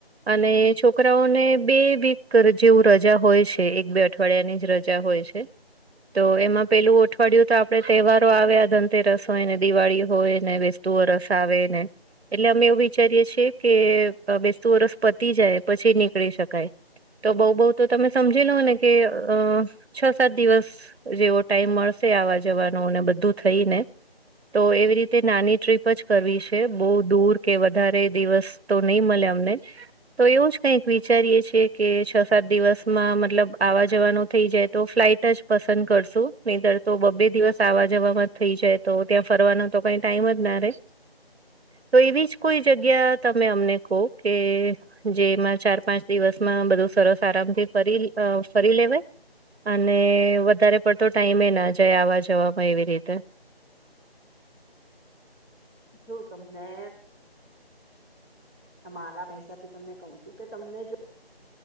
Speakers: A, on the right (about 80°); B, on the left (about 20°).
A: અને છો- છોકરાઓને બે વીક જેવું રજા હોય છે એક બે અઠવાડિયાની જ રજા હોય છે. તો એમાં પેલું અઠવાડિયું તો આપડે તહેવારો આવે ધનતેરસ હોય ને દિવાળી હોયને બેસ- -તું વરસ આવે ને એટલે અમે એવું વિચારીએ છીએ કે બેસતું વરસ પતી જાય. પછી નીકળી શકાય. તો બઉ બઉ તો તમે સમજી લો ને કે અ છ સાત દિવસ. જેવો ટાઈમ મળશે આવા જવાનોને બધું થઈ ને, તો એવી રીતે નાની ટ્રીપ જ કરવી છે બઉ દૂર કે વધારે દિવસ તો નઈ મલે અમને તો એવું જ. કઈક વિચારીએ છેએ કે છ સાત દિવસમાં મતલબ આવા જવાનું થઈ જાય તો ફ્લાઇટ જ. પસંદ કરશું, નઇતર તો બબે દિવસ આવા જવામાં થઈ જાય તો ત્યાં ફરવાનો તો કઈ ટાઈમ જ ના રે. તો એવી જ કોઈ જગ્યા તમે અમને કો કે જેમાં. ચાર પાંચ દિવસમાં બધું સરસ આરામ થી ફરી અ ફરી લેવાય. અને વધારે પડતો ટાઈમે ના જાય આવા જવામાં એવી રીતે
B: જો તમને. ત મારા હિસાબથી તમને કહું છું કે તમને જો.